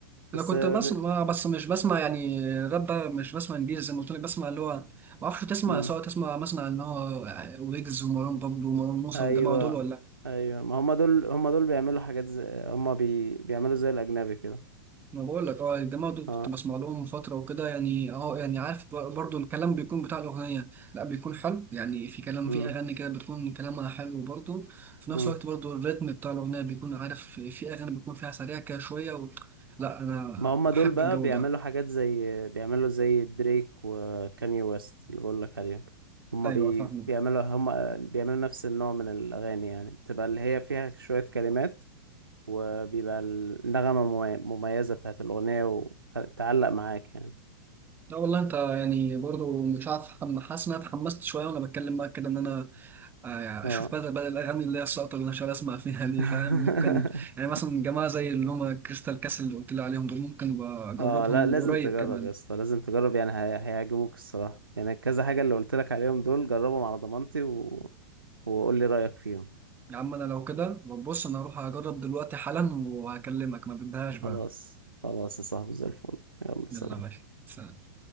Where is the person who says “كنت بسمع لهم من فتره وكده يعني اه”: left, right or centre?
Right